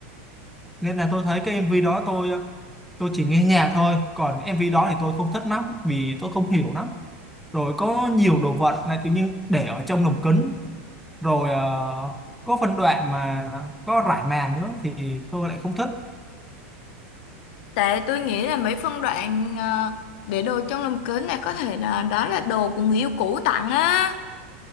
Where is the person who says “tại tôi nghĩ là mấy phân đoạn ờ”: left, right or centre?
Left